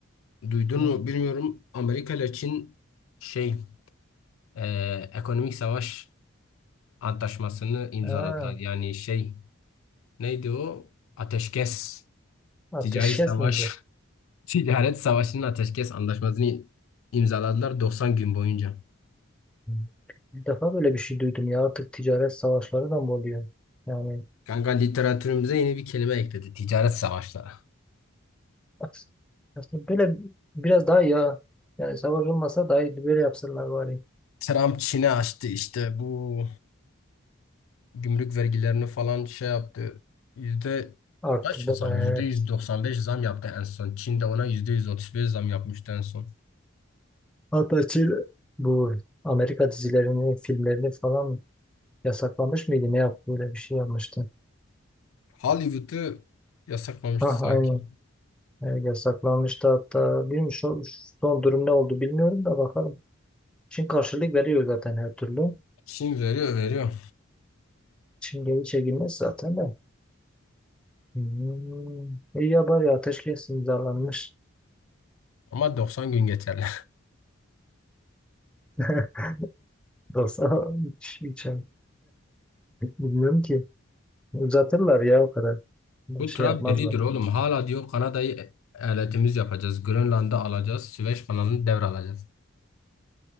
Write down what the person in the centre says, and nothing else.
Hı.
Ha,
ateşkes
mi bu?
Hı. İlk defa böyle bir şey duydum ya. Artık ticaret savaşları da mı oluyor? Yani
as- aslında böyle biraz daha ya. Yani savaş olmasa dahi böyle yapsalar bari.
Arttırdı
bayağı.
evet.
Hatta Çin bu Amerika dizilerini, filmlerini falan yasaklamış mıydı? Ne yaptı? Böyle bir şey yapmıştı.
Ha,
aynen. Evet, yasaklanmıştı hatta. Bilmiyorum şu- son durum ne oldu bilmiyorum da bakalım. Çin karşılık veriyor zaten her türlü.
Çin geri çekilmez zaten de. Hmm. İyi ya bari ateşkes imzalanmış.
<laughs> Yoksa hiç, hiç şey bilmiyorum ki. Uzatırlar ya o kadar.
Bir
şey
yapmazlar.